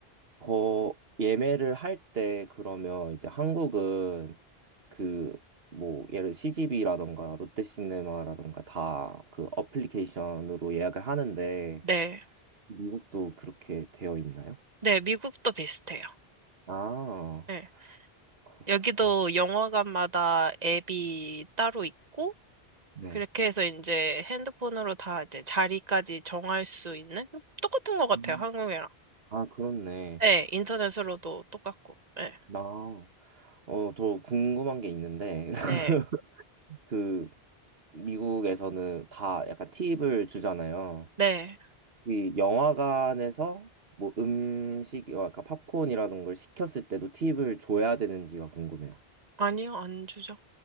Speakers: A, on the right (about 70°); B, on the right (about 40°).
A: 거 예매를 할 때 그러면 이제 한국은 그 뭐 예를 CGV라던가 롯데시네마라던가 다 그 어플리케이션으로 예약을 하는데
B: 네.
A: 미국도 그렇게 되어 있나요?
B: 네, 미국도 비슷해요.
A: 아
B: 네.
A: 그렇구나.
B: 여기도 영화관마다 앱이 따로 있고,
A: 네.
B: 그렇게 해서 이제 핸드폰으로 다 이제 자리까지 정할 수 있는? 똑같은 것 같아요,
A: 음.
B: 한국이랑.
A: 아 그렇네.
B: 네, 인터넷으로도 똑같고. 네.
A: 나 어 더 궁금한 게 있는데 <laughs>
B: 네.
A: 그 미국에서는 다 약간 팁을 주잖아요.
B: 네.
A: 혹시 영화관에서 뭐 음식, 어, 아까 팝콘이라는 걸 시켰을 때도 팁을 줘야 되는지가 궁금해요.
B: 아니요, 안 주죠.